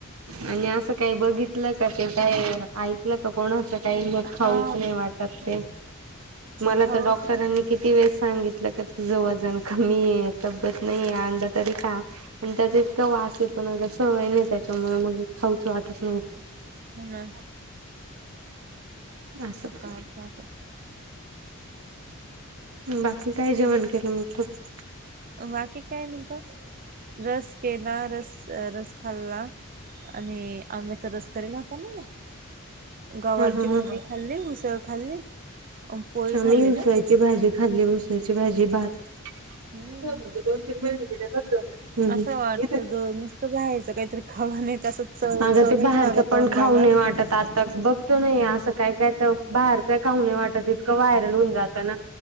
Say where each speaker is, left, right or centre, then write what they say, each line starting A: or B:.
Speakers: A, on the right; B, on the right.
A: आणि असं काही बघितलं का ते काय ऐ लं तर कोणाचं काही न खाऊच
B: हा
A: नाही वाटत ते. मला
B: खाऊच
A: तर डॉक्टरांनी किती वेळे सांगितलं. तुझं वजन कमी आहे तब्येत नाही अंडा तरी खा. आणि त्याचा इतका वास येतो ना सवय नाही त्याच्यामुळे मग खाऊच वाटत नाही.
B: ह ना
A: असं
B: का का का
A: बाकी काय जेवण केलं मग तुम्ही.
B: बाकी काय नि का रस केला रस रस खाल्ला. आणि आंब्याचा रस करेल होता ना. गवारची
A: हा हा हा
B: भाजी खाल्ली उसळ खाल्ली. पोळी
A: मी
B: खाल्ली
A: उसाळची
B: का
A: भाजी खाल्ली उसाळची भाजी भात
B: हम्म
A: दोन तीन महिले गेले बस झाल. हम्
B: असं
A: ते
B: वाटत नुसतं बाहेरचं काहीतरी खावं नाही तसं चव
A: अगं
B: चवील
A: ते बाहर
B: ना
A: च
B: ग
A: पण
B: तोंडाला
A: खाऊ न वाटत आता बघतो नाही असं काय काय तर बाहेरच खाऊ न वाटत. व्हायरल होऊन जातं ना.